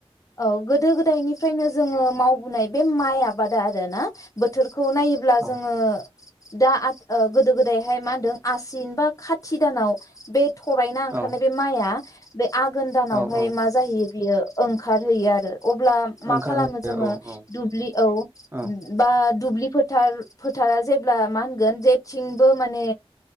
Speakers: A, on the left; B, on the right.
A: औ गोदो गोदायनिफ्रायनो जोङो मावबोनाय बे माइ आबाद आरो ना बोथोर खौ नायोब्ला
B: औ
A: जोङो दा आद ओ गोदो गोदायहाय मा होनदों आसिन बा खाथि दानाव बे थरायना ओंखारनाय
B: औ
A: बे माइआ बे आघोन दानावहाय
B: औ औ
A: मा जाहैयो बियो ओंखारहैयो आरो अब्ला मा
B: ओंखारहोयो
A: खालामो जोङो
B: औ औ
A: दुब्लियाव
B: औ
A: बा दुब्लि फोथार फोथारा जेब्ला मा होनगोन जेथिंबो माने